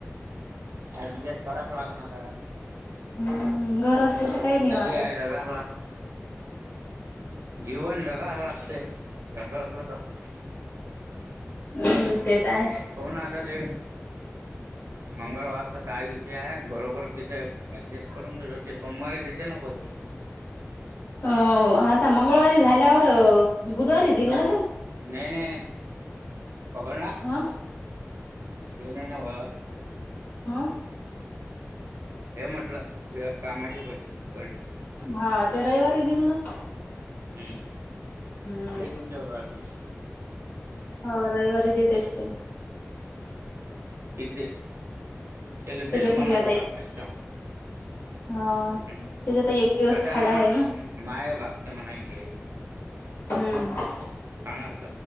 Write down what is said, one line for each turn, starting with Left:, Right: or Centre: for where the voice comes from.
Right: अजून एक कडक लागणार आहे.
Left: हम्म घर असलं तर काही
Right: जिंदगी
Left: नाही वाटत.
Right: आहे जगावंच लाग जीवन ढगा लागते जस असल तर
Left: हम्म ते तर आहेच
Right: हो ना आता ते मंगळवार तर काय विषय आहे बरोबर तिथे ऍडजस्ट करून घेतो सोमवारी देते ना पैसे?
Left: अ आता मंगळवारी झाल्यावर बुधवारी दिल ना ते?
Right: नाही नाही नाही पकड ना
Left: आ?
Right: ते नाही नाव
Left: हा.
Right: हे म्हटलं तुझ्या कामाचे पैसे कळले
Left: हा ते रविवारी दिल ना.
Right: हम्म
Left: हम्म
Right: हेच विचारून राहिलो.
Left: हो रविवारी देत असते.
Right: पित दे त्याला
Left: त्याच्यात
Right: दे ग
Left: नाही
Right: मनाला
Left: बी आता
Right: मारतेस
Left: एक
Right: का
Left: हा.
Right: हम्
Left: त्याच्यात एक दिवस
Right: कसं
Left: खाडा
Right: आहे मला
Left: ना
Right: माय भागते मला इकडे
Left: हम्म.
Right: कानाच.